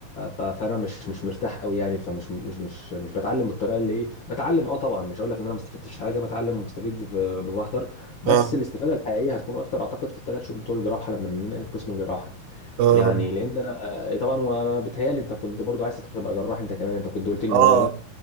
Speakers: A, on the left (about 50°); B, on the right (about 80°).
A: ف... فانا مش مش مرتاح قوي يعني فمش مش مش مش بتعلم بالطريقه اللي ايه بتعلم اه طبعا مش هقول لك ان انا ما استفدتش حاجه بتعلم وبستفيد في- بحضر بس
B: اه
A: الاستفاده الحقيقيه هتكون اكتر اعتقد في الثلاث شهور بتوع الجراحه لما ننقل قسم الجراحه
B: اه
A: يعني لان انا آه، طبعا وانا بيتهيألي انت كنت برضو عايز تبقى جراح انت كمان انت كنت قلت لي الموضوع
B: اه
A: ده